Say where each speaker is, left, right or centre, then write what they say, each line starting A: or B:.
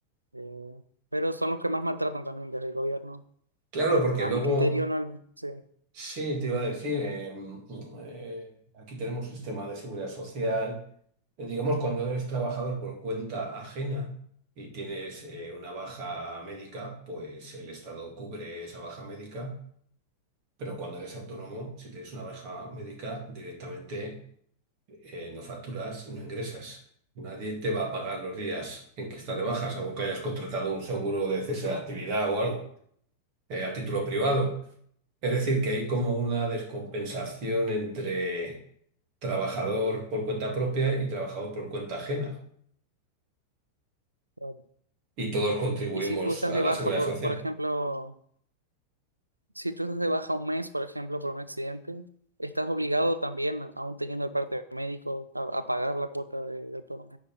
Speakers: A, on the right (about 85°); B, on the right (about 45°).
A: eh, pero son los que más maltratan también desde el gobierno.
B: claro,
A: Eh,
B: porque
A: a
B: luego...
A: mi criterio, no, sí.
B: Sí, te iba a decir, eh, mm, mm, eh, aquí tenemos sistema de seguridad social. Eh, digamos, cuando eres trabajador por cuenta ajena y tienes eh, una baja médica, pues el Estado cubre esa baja médica, pero cuando eres autónomo, si tienes una baja médica, directamente eh, no facturas, no ingresas. Nadie te va a pagar los días en que estás de baja, salvo que hayas contratado un seguro de cese de actividad o algo, eh, a título privado. Es decir, que hay como una descompensación entre trabajador por cuenta propia y trabajador por cuenta ajena.
A: claro.
B: Y todos contribuimos
A: Y si tú estás
B: a
A: de
B: la
A: baja,
B: seguridad
A: por,
B: social.
A: por ejemplo, si tú estás de baja un mes, por ejemplo, por un accidente, estás obligado también, aún teniendo el parte médico, a, a pagar la cuota de, de autónomo.